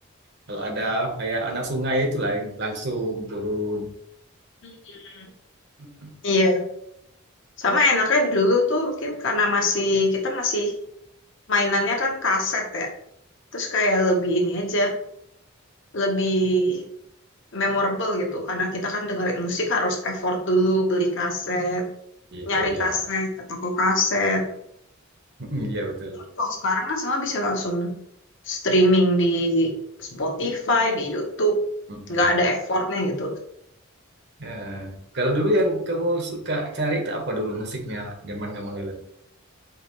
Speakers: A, on the right (about 55°); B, on the left (about 60°).
A: kalau ada kayak anak sungai itu lah yang langsung turun.
B: Mm-mm.
A: Mm-mm.
B: Iya, sama enaknya dulu tuh mungkin karena masih kita masih mainannya kan kaset ya. Terus kayak lebih ini aja, lebih memorable gitu karena kita kan dengerin musik harus effort dulu beli kaset,
A: Iya,
B: nyari
A: Oh iya,
B: kaset ke toko kaset.
A: Mm-mm, iya betul.
B: Kalau sekarang kan semua bisa langsung streaming di Spotify, di YouTube,
A: Mm-mm.
B: nggak ada effortnya gitu.
A: Eh, kalau dulu yang kamu suka cari itu apa dulu musiknya zaman kamu dulu?